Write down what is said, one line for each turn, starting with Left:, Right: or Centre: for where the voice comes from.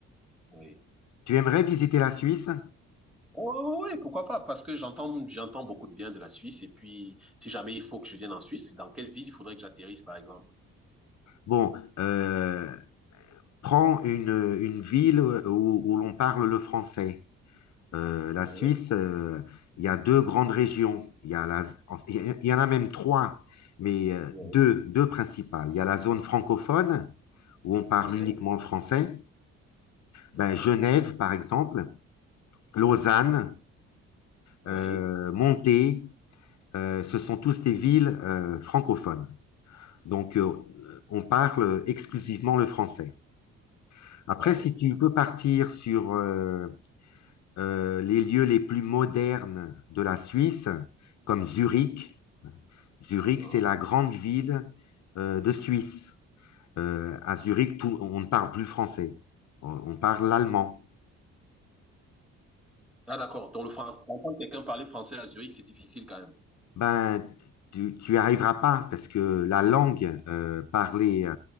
Centre: oui.
Left: Tu aimerais visiter la Suisse?
Centre: Oui, oui, pourquoi pas? Parce que j'entends, j'entends beaucoup de bien de la Suisse. Et puis, si jamais il faut que je vienne en Suisse, dans quelle ville il faudrait que j'atterrisse, par exemple?
Left: Bon, euh, prends une, une ville où, où l'on parle le français. Euh,
Centre: Oui,
Left: la Suisse, euh, il y a deux grandes régions. Il y a la, en- il y a- il y en a même trois, mais euh,
Centre: oui,
Left: deux, deux principales. Il y a la zone francophone où on parle
Centre: oui.
Left: uniquement le français. Ben,
Centre: Hein?
Left: Genève, par exemple, Lausanne,
Centre: Oui,
Left: euh, Monté. euh, ce sont tous des villes euh, francophones. Donc, euh, on parle exclusivement le français. Après,
Centre: oui.
Left: si tu veux partir sur euh, euh, les lieux les plus modernes de la Suisse, comme Zurich, Zurich,
Centre: Mhm.
Left: c'est la grande ville euh, de Suisse. Euh, à Zurich, tout- on ne parle plus français, on, on parle l'allemand.
Centre: Ah, d'accord. Donc, le français, entendre quelqu'un parler français à Zurich, c'est difficile quand même.
Left: Ben, tu, tu y arriveras pas parce que la langue euh, parlée